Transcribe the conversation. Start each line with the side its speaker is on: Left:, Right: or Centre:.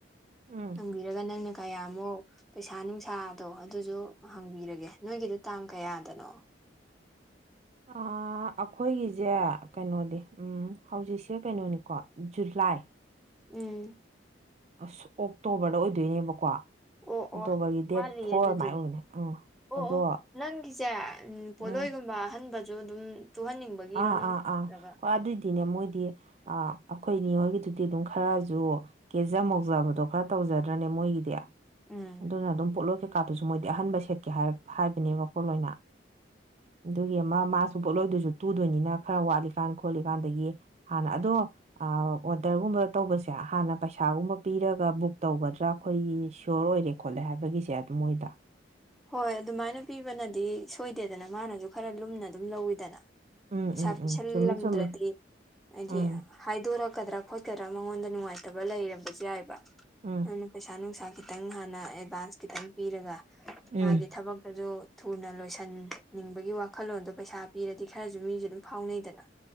Right: ꯎꯝ
Centre: ꯍꯪꯕꯤꯔꯒ ꯅꯪꯅ ꯀꯌꯥꯃꯨꯛ ꯄꯩꯁꯥ ꯅꯨꯡꯁꯥꯗꯣ ꯑꯗꯨꯁꯨ ꯍꯪꯕꯤꯔꯒꯦ ꯅꯣꯏꯒꯤꯗꯣ ꯇꯥꯡ ꯀꯌꯥꯗꯅꯣ
Right: ꯑꯥ ꯑꯩꯈꯣꯏꯒꯤꯁꯦ ꯀꯩꯅꯣꯅꯦ ꯎꯝ ꯍꯧꯖꯤꯛꯁꯦ ꯀꯩꯅꯣꯅꯤꯀꯣ ꯖꯨꯂꯥꯏ
Centre: ꯎꯝ
Right: ꯑꯁ ꯑꯣꯛꯇꯣꯕꯔꯗ ꯑꯣꯏꯗꯣꯏꯅꯦꯕꯀꯣ ꯑꯣꯛꯇꯣꯕꯔꯒꯤ
Centre: ꯑꯣ ꯑꯣ
Right: ꯗꯦꯠ
Centre: ꯋꯥꯠꯂꯤꯌꯦ
Right: ꯐꯣꯔ
Centre: ꯑꯗꯨꯗꯤ
Right: ꯑꯗꯨꯃꯥꯏ ꯑꯣꯏꯕꯅꯦ ꯎꯝ
Centre: ꯑꯣ
Right: ꯑꯗꯣ
Centre: ꯑꯣ ꯅꯪꯒꯤꯁꯦ ꯄꯣꯠꯂꯣꯏꯒꯨꯝꯕ
Right: ꯎꯝ
Centre: ꯑꯍꯟꯕꯁꯨ ꯑꯗꯨꯝ ꯇꯨꯍꯟꯅꯤꯡꯕꯒꯤꯔꯣ
Right: ꯑꯥ
Centre: ꯅꯪ
Right: ꯑꯥ ꯑꯥ
Centre: ꯅꯠꯇ꯭ꯔꯒ
Right: ꯑꯗꯨꯏꯗꯤꯅꯦ ꯃꯣꯏ ꯑꯩꯈꯣꯏ ꯏꯅꯦ ꯍꯣꯏꯒꯤꯗꯨꯗꯤ ꯑꯗꯨꯝ ꯈꯔꯁꯨ ꯀꯦꯖ ꯃꯧꯖꯕꯗꯣ ꯈꯔ ꯇꯧꯖꯗ꯭ꯔꯅꯦꯕ ꯃꯣꯏꯒꯤꯗꯤ
Centre: ꯎꯝ
Right: ꯑꯗꯨꯅ ꯑꯗꯨꯝ ꯄꯣꯠꯂꯣꯏ ꯀꯩꯀꯥ ꯀꯩꯀꯥꯗꯨꯁꯨ ꯃꯣꯏꯗꯤ ꯑꯍꯟꯕ ꯁꯦꯠꯀꯦ ꯍꯥꯏꯔꯛ ꯍꯥꯏꯕꯅꯦꯕꯀꯣ ꯂꯣꯏꯅ ꯑꯗꯨꯒꯤ ꯑꯃ ꯃꯥꯁꯨ ꯄꯣꯠꯂꯣꯏꯗꯣꯏꯁꯨ ꯇꯨꯗꯣꯏꯅꯤꯅ ꯈꯔ ꯋꯥꯠꯂꯤꯀꯥꯟ ꯈꯣꯠꯂꯤꯀꯥꯟꯗꯒꯤ ꯍꯥꯟꯅ ꯑꯗꯣ ꯑꯣꯔꯗꯔꯒꯨꯝꯕ ꯇꯧꯕꯁꯦ ꯍꯥꯟꯅ ꯄꯩꯁꯥꯒꯨꯝꯕ ꯄꯤꯔꯒ ꯕꯨꯛ ꯇꯧꯒꯗ꯭ꯔ ꯑꯩꯈꯣꯏꯒꯤ ꯁꯌꯣꯔ ꯑꯣꯏꯔꯦ ꯈꯣꯠꯂꯦ ꯍꯥꯏꯕꯒꯤꯁꯦ ꯑꯗꯨ ꯃꯣꯏꯗ
Centre: ꯍꯣꯏ ꯑꯗꯨꯃꯥꯏꯅ ꯄꯤꯕꯅꯗꯤ ꯁꯣꯏꯗꯦꯗꯅ ꯃꯥꯅꯁꯨ ꯈꯔ ꯂꯨꯝꯅ ꯑꯗꯨꯝ ꯂꯧꯋꯤꯗꯅ
Right: ꯎꯝ
Centre: ꯄꯩꯁꯥ
Right: ꯎꯝ
Centre: ꯄꯁꯤꯜꯂꯝꯗ꯭ꯔꯗꯤ
Right: ꯎꯝ ꯆꯨꯝꯃꯤ ꯆꯨꯝꯃꯤ
Centre: ꯍꯥꯏꯗꯤ
Right: ꯎꯝ
Centre: ꯍꯥꯏꯗꯣꯔꯛꯀꯗ꯭ꯔꯥ ꯈꯣꯠꯀꯗ꯭ꯔꯥ ꯃꯉꯣꯟꯗ ꯅꯨꯡꯉꯥꯏ ꯐꯠꯇꯕ ꯂꯩꯔꯝꯕꯁꯨ ꯌꯥꯏꯕ
Right: ꯎꯝ
Centre: ꯑꯗꯨꯅ ꯄꯩꯁꯥ ꯅꯨꯡꯁꯥ ꯈꯤꯇꯪ ꯍꯥꯟꯅ ꯑꯦꯗꯚꯥꯟꯁ ꯈꯤꯇꯪ ꯄꯤꯔꯒ
Right: ꯎꯝ
Centre: ꯃꯥꯒꯤ ꯊꯕꯛꯇꯁꯨ ꯊꯨꯅ ꯂꯣꯏꯁꯟꯅꯤꯡꯕꯒꯤ ꯋꯥꯈꯜꯂꯣꯟꯗꯣ ꯄꯩꯁꯥ ꯄꯤꯔꯗꯤ ꯈꯔꯁꯨ ꯃꯤꯁꯨꯦ ꯑꯗꯨꯝ ꯐꯥꯎꯅꯩꯗꯅ